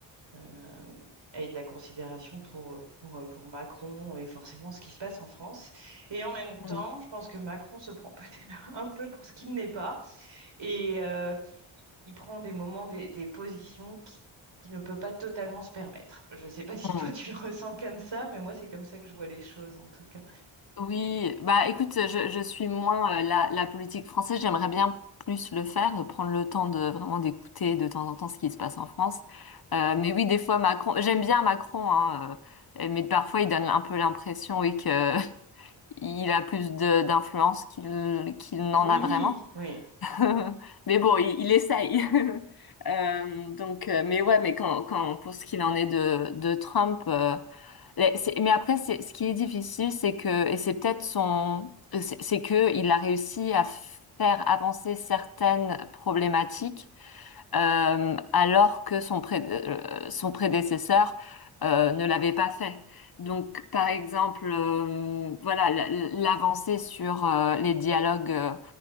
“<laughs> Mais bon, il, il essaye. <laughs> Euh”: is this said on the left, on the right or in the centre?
Left